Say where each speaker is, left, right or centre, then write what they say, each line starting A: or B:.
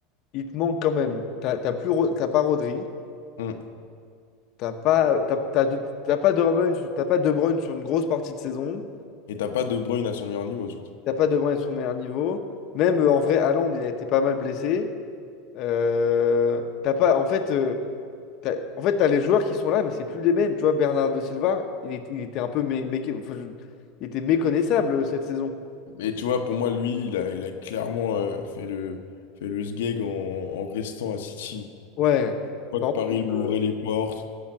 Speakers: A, on the left; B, on the left.
A: il te manque quand même. T'as t'as plus, Ro- t'as pas Rodri.
B: Mm.
A: T'as pas, t'as, t'as de- t'as pas De Bruyne, sur- t'as pas De Bruyne sur une grosse partie de saison.
B: Et t'as pas De Bruyne à son meilleur niveau, surtout.
A: T'as pas De Bruyne à son meilleur niveau. Même euh, en vrai, Haaland, il a été pas mal blessé. Euh, t'as pas, en fait, euh, t'as, en fait, t'as les joueurs qui sont là, mais c'est plus les mêmes. Tu vois, Bernardo Silva, il, est- il était un peu mé- mé- enfin, je- il était méconnaissable euh, cette saison.
B: Mais tu vois, pour moi, lui, il a, il a clairement euh, fait le, fait le sgeg en, en restant à City.
A: Ouais.
B: Je
A: Par
B: crois que Paris
A: contre,
B: lui
A: euh,
B: ouvrait les portes.